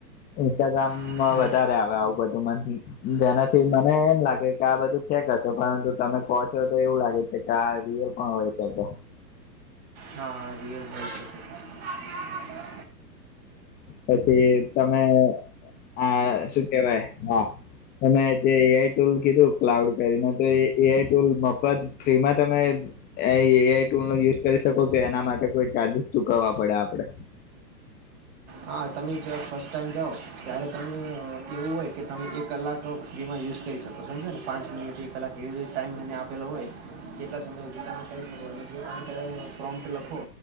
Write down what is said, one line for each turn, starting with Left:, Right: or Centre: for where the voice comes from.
Left: ઇન્સ્ટાગ્રામમાં
Right: જાય
Left: વધારે આવે આવું બધું માંથી જેનાથી મને એમ લાગે કે આ બધું ફેક અશે પરંતુ તમે કો છો તો એવું લાગે કે આ રિયલ પણ હોય શકે
Right: હા હા રીયલ પણ હોઈ શકે
Left: પછી તમે આ શું કેવાય હા તમે જે એ આઈ ટૂલ કીધું ક્લાઉડ કરીને તો એ એ આઈ ટુલ મફત ફ્રીમાં તમે એ એ આઈ ટુલનો યુઝ કરી શકો કે એના માટે કોઈ ચાર્જિસ ચુકવવા પડે આપડે
Right: હા તમે જ ફર્સ્ટ ટાઈમ જાઓ ત્યારે તમે એવું હોય કે તમે એક કલાક સુધીમાં યુઝ કરી શકો સમજો ને પાંચ મિનિટ એક કલાક એવી રી ટાઈમ એને આપેલો હોય તેટલા સમય સુધી તમે કરી શકો અને જે તમે કદાચ પ્રોમ્પ લખો